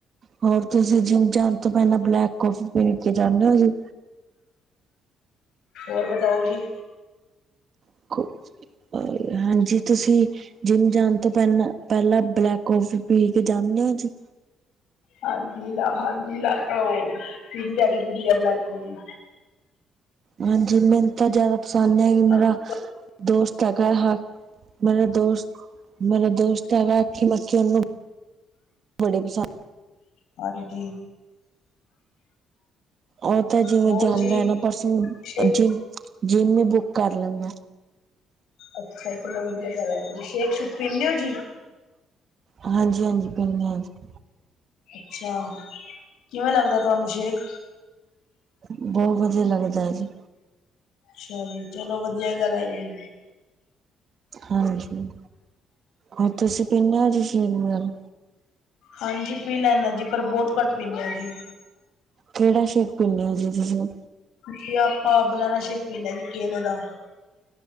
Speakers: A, on the right; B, on the left.
A: ਹੋਰ ਤੁਸੀਂ ਜਿੰਮ ਜਾਣ ਤੋਂ ਪੈਲਾ ਬਲੈਕ ਕੌਫੀ ਪੀ ਕੇ ਜਾਨੇ ਓ ਜੀ?
B: ਔਰ ਬਤਾਓ ਜੀ।
A: <unintelligible> ਹਾਂਜੀ, ਤੁਸੀਂ। ਜਿੰਮ ਜਾਣ ਤੋਂ ਪੈਲਾਂ, ਪੈਲਾਂ ਬਲੈਕ ਕੌਫੀ ਪੀ ਕੇ ਜਾਨੇ ਓ ਜੀ।
B: ਹਾਂਜੀ, ਹਾਂਜੀ ਲੈ <unintelligible> ਹਾਂਜੀ ਜਿੰਮ ਜਾ ਕੇ ਪੀਂਦੀ ਆ ਬਲੈਕ ਕੌਫੀ।
A: ਹਾਂਜੀ, ਮੈਨੂੰ ਤਾਂ ਜਾਦਾ ਪਸੰਦ ਨੀ ਹੈਗੀ
B: ਹਾਂਜੀ
A: ਮੇਰਾ ਦੋਸਤ ਹੈਗਾ ਮੇਰਾ ਦੋਸਤ, ਮੇਰਾ ਦੋਸਤ ਹੈਗਾ <unintelligible> ਆਖੀ ਮੱਚੀ ਉਹਨੂੰ ਬੜੀ ਪਸੰਦ।
B: ਹਾਂਜੀ।
A: ਓ ਤਾਂ ਜਿਵੇਂ
B: ਹੋਰ
A: ਜਾਂਦਾ
B: ਜੀ
A: ਐ ਨਾ ਬਸ ਓ
B: ਸ਼ੇਕ
A: ਜਿੰਮ ਜਿੰਮ ਈ ਬੁੱਕ ਕਰ ਲੈਂਦਾ।
B: ਅੱਛਾ ਚਲੋ ਵਧੀਆ ਗੱਲ ਐ ਜੀ ਸ਼ੇਕ ਸੁਕ ਪੀਂਦੇ ਓ ਜੀ?
A: ਹਾਂਜੀ, ਹਾਂਜੀ ਪੀਨੇ ਆ ਜੀ।
B: ਅੱਛਾ, ਕਿਵੇਂ ਲੱਗਦਾ ਤੁਆਨੂੰ ਸ਼ੇਕ?
A: ਬਹੁਤ ਵਧੀਆ ਲੱਗਦੈ ਜੀ।
B: ਅੱਛਾ ਜੀ, ਚਲੋ ਵਧੀਆ ਗੱਲ ਐ ਜੀ।
A: ਹਾਂਜੀ, ਔਰ ਤੁਸੀਂ ਪੀਨੇ ਔ ਜੀ ਸ਼ੇਕ ਵਗੈਰਾ?
B: ਹਾਂਜੀ ਪੀ ਲੈਨਾ ਜੀ ਪਰ ਬੌਤ ਘੱਟ ਪੀਨੇ ਆ ਜੀ।
A: ਕੇੜ੍ਹਾ ਸ਼ੇਕ ਪੀਨੇ ਓ ਜੀ ਤੁਸੀਂ?
B: ਜੀ ਆਪਾਂ ਬਨਾਨਾ ਸ਼ੇਕ ਪੀਨੇ ਆ ਜੀ ਕੇਲ ਦਾ।